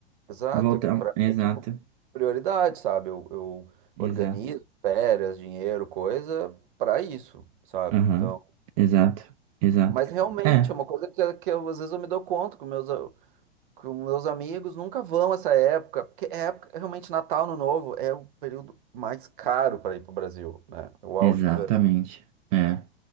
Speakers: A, on the right; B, on the right.
A: Exato,
B: voltar.
A: é que pra
B: Exato,
A: mim é tipo prioridade, sabe? Eu, eu
B: exato.
A: organizo férias, dinheiro, coisa pra isso, sabe?
B: Aham,
A: Então,
B: exato, exato.
A: mas realmente
B: É,
A: é uma coisa que, que eu, às vezes eu me dou conta que meus a- que os meus amigos nunca vão essa época, porque é época realmente Natal, Ano Novo é o período mais caro para ir pro Brasil, né? É O
B: exatamente.
A: auge do verão.
B: É,